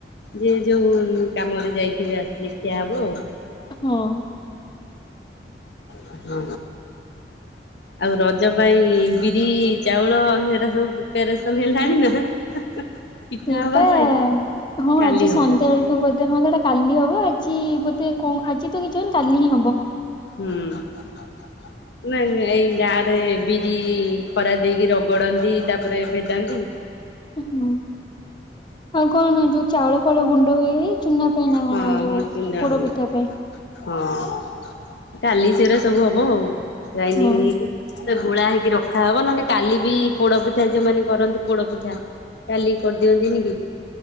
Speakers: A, on the left; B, on the left.
A: ଯିଏ ଯୋଉ କାମରେ ଯାଇଥିବେ ଆସିଲେ ଖିଆ ହବ ଉ।
B: ହଁ
A: ହୁଁ ଆଉ ରଜ ପାଇଁ ବିରି ଚାଉଳ ସେରା ସବୁ ପ୍ରିପାରେସନବି ହେଲାଣି ନା <unintelligible>
B: ଏଇଟା
A: ପାଇଁ
B: ହଁ
A: କାଲି
B: ଆଜି ସନ୍ଧ୍ୟାଳେ
A: ହବ
B: ତୁ ବୋଦେ ହଁ ସେଟା କାଲି ହବ ଆଜି ବୋଦେ କଣ ଆଜି ତ କିଛି ହବନି କାଲି ହିଁ ହବ।
A: ହୁଁ ନାଇଁ ନା ଏଇ ଗାଁ ରେ ବିରି ଖରା ଦେଇକି ରଗଡନ୍ତି ତାପରେ ଭେଦାନ୍ତି
B: ଉଁ ହୁଁ ଆଉ କଣ ଯୋଉ ଚାଉଳ ଫାଉଳ ଗୁଣ୍ଡ ହୁଏ ଚୁନା ପାଇଁ ନା
A: ହଁ
B: କଣ ଯୋଉ
A: ହଁ ଚୁନା
B: ସେ ପୋଡ
A: ହୁଏ
B: ପିଠା ପାଇଁ।
A: ହଁ କାଲି ସେଉରା ସବୁ ହବ ଗ୍ରାଇଣ୍ଡିଙ୍ଗି
B: ହଁ
A: ହେଇକି। ସେ ଗୋଳା ହେଇକି ରଖାହବ, ନନେ କାଲି ବି ପୋଡୋ ପିଠା ଯୋ ମାନେ କରନ୍ତି ପୋଡୋପିଠା। କାଲି କରିଦିଅନ୍ତିନି କି